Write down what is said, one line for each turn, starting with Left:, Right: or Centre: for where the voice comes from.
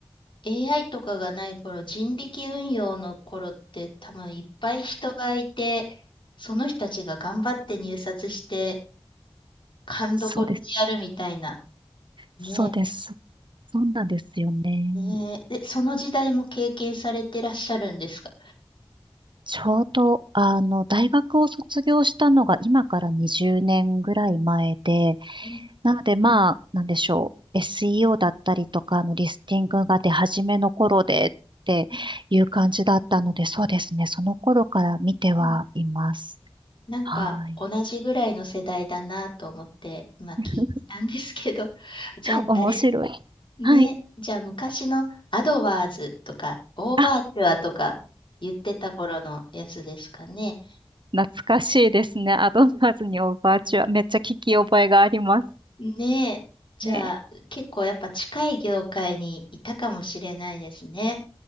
Left: AI とかがない頃、人力運用の頃って多分いっぱい人がいて、その人たちが頑張って入札して、勘どころでやるみたいな。
Right: そうです、
Left: ね。
Right: そうです。そうなんですよね。
Left: ねえ、で、その時代も経験されてらっしゃるんですか
Right: ちょうど、あの、大学を卒業したのが今から20年ぐらい前で、
Left: うん
Right: なので、まあ、なんでしょう。SEO だったりとか、あの、リスティングが出始めの頃でっていう感じだったので、
Left: うん
Right: そうですね。その頃から見てはいます。
Left: うんなんか同じぐらいの世代だなと思って今聞いてたんですけど、
Right: はい。<laughs>
Left: <laughs> じゃああれ
Right: 面白い。
Left: ね、
Right: はい。
Left: じゃあ昔のアドワーズとかオーバーチュアとか言ってた頃のやつですかね。
Right: あ、懐かしいですね。アドバンーズにオーバーチュア。めっちゃ聞き覚えがあります
Left: ねえ。じゃあ、
Right: ね。
Left: 結構やっぱ近い業界にいたかもしれないですね。